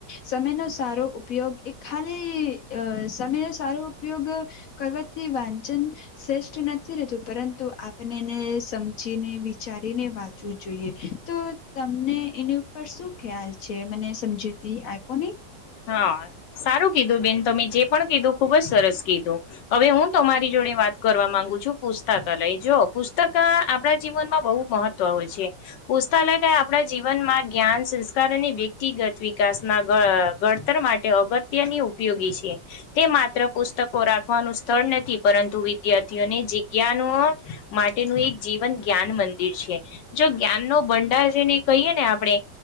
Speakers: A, on the left; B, on the left.
A: સમયનો સા રો ઉપયોગ એ ખાલી અ સમયનો સારો ઉપયોગ કરવાથી વાંચન શ્રેષ્ઠ નથી રતું પરંતુ આપને એને સમજીને વિચારીને વાંચવું જોઈએ તો તમને એની ઉપર શું ખ્યાલ છે મને સમજૂતી આપોની
B: હા સારું કીધું બેન તમે જે પણ કીધું ખુબ જ સરસ કીધું હવે હું તમારી જોડે વાત કરવા માંગુ છું પુસ્તકાલય જો પુસ્તક આપણા જીવનમાં બહુ મહત્વ હોય છે. પુસ્તાલક આપડા જીવનમાં જ્ઞાન સંસ્કાર અને વ્યક્તિગત વિકાસ ના ગ ઘડતર માટે અગત્યની ઉપયોગી છે તે માત્ર પુસ્તકો રાખવાનું સ્થળ નથી પરં તુ વિદ્યાર્થીઓને જિજ્ઞાનો માટેનું એક જીવન જ્ઞાન મંદિર છે જો જ્ઞાન નો બંડાર છે ને કહીએ ને આપડે